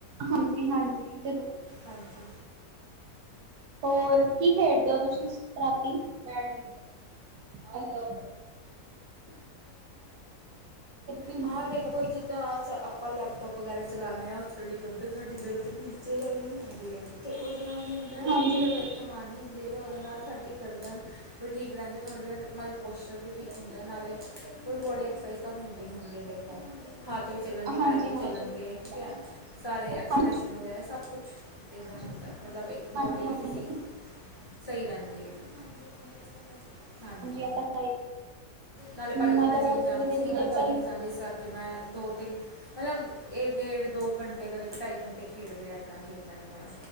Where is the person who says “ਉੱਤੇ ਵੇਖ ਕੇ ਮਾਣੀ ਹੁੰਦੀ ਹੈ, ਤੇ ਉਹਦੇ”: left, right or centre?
Left